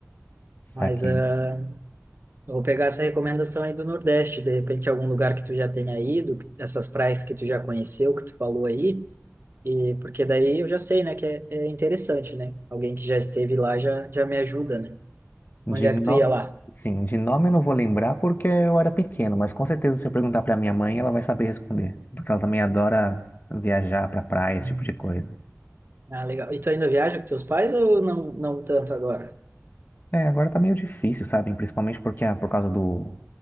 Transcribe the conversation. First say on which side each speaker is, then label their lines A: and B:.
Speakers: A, on the left; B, on the right.
A: Saquei.
B: Mas ah, eu vou pegar essa recomendação aí do Nordeste, de repente algum lugar que tu já tenha ido, essas praias que tu já conheceu, que tu falou aí, e porque daí eu já sei, né, que é, é interessante, né? Alguém que já esteve lá já, já me ajuda, né?
A: De
B: Onde é
A: no...
B: que tu ia lá?
A: Sim, de nome eu não vou lembrar porque eu era pequeno, mas com certeza se eu perguntar pra minha mãe, ela vai saber responder. Porque ela também adora viajar pra praia,
B: Uhum.
A: esse tipo de coisa.
B: Ah, legal. E tu ainda viaja com teus pais ou não, não tanto agora?
A: É, agora tá meio difícil, sabe? Principalmente porque ah, por causa do,